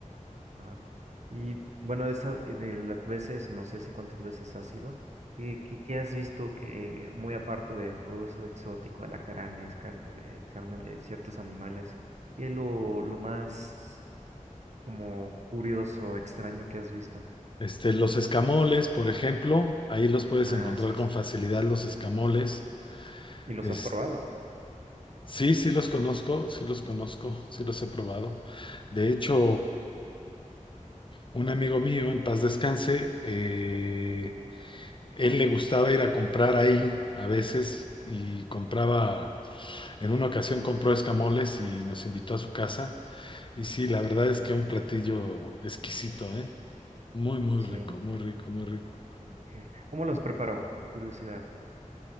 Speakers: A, on the right; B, on the left.
A: Ajá. Y bueno, de esa- eh, de las veces, no sé si cuántas veces has ido, ¿qué, qué, qué has visto que, muy aparte de todo eso exótico, alacranes, carne de, carne de ciertos animales, qué es lo, lo más como curioso, extraño que has visto?
B: Este, los escamoles, por ejemplo, ahí los puedes
A: Ah,
B: encontrar
A: sí,
B: con
A: sí.
B: facilidad, los escamoles.
A: ¿Y los
B: Es-
A: has probado?
B: sí, sí los conozco, sí los conozco, sí los he probado. De hecho, un amigo mío, en paz descanse, eh, él le gustaba ir a comprar ahí a veces y compraba, en una ocasión compró escamoles y nos invitó a su casa. Y sí, la verdad es que un platillo exquisito, ¿eh? Muy, muy
A: Sí.
B: rico, muy rico, muy rico.
A: ok. ¿Cómo los preparó? Curiosidad.